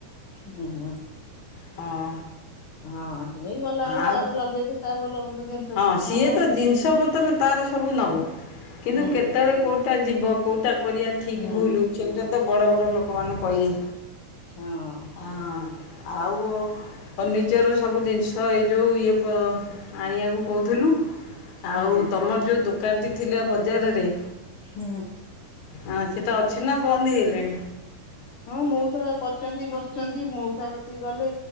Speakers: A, on the left; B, on the left.
A: ହୁଁ ହଁ।
B: ହଁ।
A: ହଁ ହେଇଗଲା ବେଳେ
B: ଆଉ
A: ତାର ଲଗେଜ ତା ଭଲ ମନ୍ଦ ଜିନିଷ
B: ହଁ
A: ପତ୍ର
B: ସିଏ
A: ନବ।
B: ତ ଜିନିଷ ପତ୍ର ତାର ସବୁ ନବ କିନ୍ତୁ
A: ହୁଁ
B: କେତେବେଳେ କୋଉଟା ଯିବ କେଉଁଟା କରିବା ଠିକ୍
A: ହୁଁ
B: ଭୁଲୁ ସେଇଗୁଟା ତ ବଡ଼ ବଡ଼ ଲୋକମାନେ କହିବେ।
A: ହଁ।
B: ହଁ ଆଉ ଫର୍ଣ୍ନିଚର ସବୁ ଜିନିଷ ଏଇ ଯେଉ ଇଏ ପ ଆଣିବାକୁ କହୁଥିଲୁ
A: ହୁଁ
B: ଆଉ ତମର ଯେଉଁ ଦୋକାନଟି ଥିଲା ବଜାରରେ
A: ହୁଁ।
B: ହଁ ସେଟା ଅଛି ନା ବନନ୍ଦ ହେଇଗଲାଣି?
A: ହଁ ମଉସା କରିଛନ୍ତି ବସିଛନ୍ତି ମଉସା କତିକି ଗଲେ